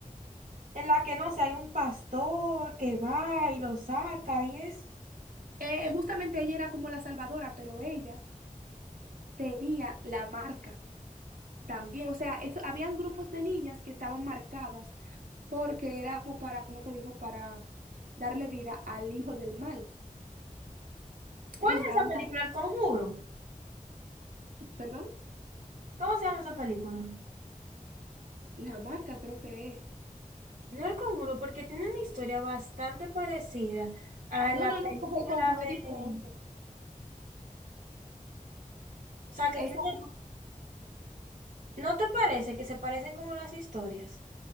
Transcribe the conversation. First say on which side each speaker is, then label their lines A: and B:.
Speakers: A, on the right; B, on the right.
A: en la que no sé, hay un pastor que va y lo saca y es.
B: eh, justamente ella era como la salvadora, pero ella tenía la marca también. O sea, eso, habían grupos de niñas que estaban marcadas porque era como para, como te digo, para darle vida al hijo del mal.
A: ¿Cuál
B: Entonces estaban,
A: es esa película?
B: mar-
A: El Conjuro.
B: perdón,
A: ¿Cómo se llama esa película?
B: la marca creo que es.
A: No el Conjuro, porque tiene una historia bastante parecida a
B: No,
A: la
B: no, no,
A: película
B: porque el conjuro
A: de,
B: es diferente.
A: o sea, que
B: Esa-
A: tiene,
B: no,
A: ¿no te parece que se parecen como las historias?